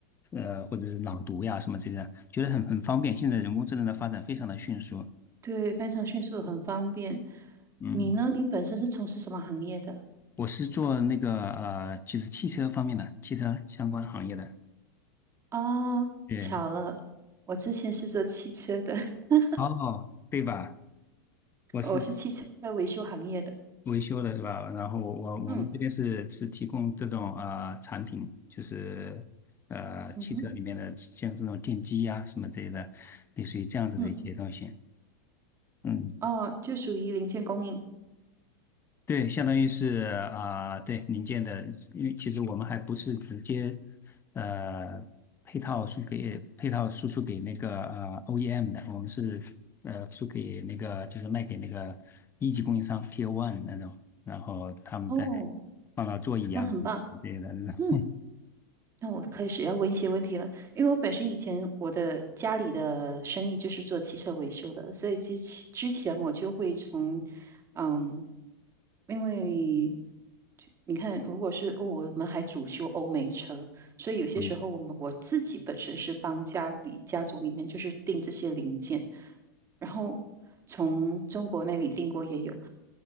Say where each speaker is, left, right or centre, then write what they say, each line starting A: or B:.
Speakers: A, on the left; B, on the right.
A: 呃或者是朗读呀什么之类的，觉得很很方便。现在人工智能的发展非常的迅速，
B: 对，非常迅速，很方便。
A: 嗯，
B: 你呢？你本身是从事什么行业的？
A: 我是做那个呃就是汽车方面的汽车相关行业的，
B: 啊，
A: 对，
B: 巧了，我之前是做汽车的，<laughs>
A: 哦，对吧？我是。
B: 我是汽车维修行业的。
A: 维修的是吧？然后我我我们这边是是提供这种啊产品，
B: 嗯
A: 就是呃汽车里面的像这种电机啊什么之类的，
B: 嗯哼。
A: 类似于这样子的一些东西。
B: 嗯。
A: 嗯。
B: 哦，就属于零件供应。
A: 对，相当于是啊、对零件的，因为其实我们还不是直接呃配套输给配套输出给那个呃 OEM 的，我们是呃输给那个就是卖给那个一级供应商 t o One 那种，然后他们再
B: 哦，
A: 放到座椅啊之类的那种。
B: 那很棒。那那我开始要问一些问题了，因为我本身以前我的家里的生意就是做汽车维修的，所以之前之前我就会从，嗯，因为就你看，如果是哦，我们还主修欧美车，所以有些时候我们我自己本身是帮家里家族里面就是订这些零件。
A: 嗯
B: 然后从中国那里订过也有，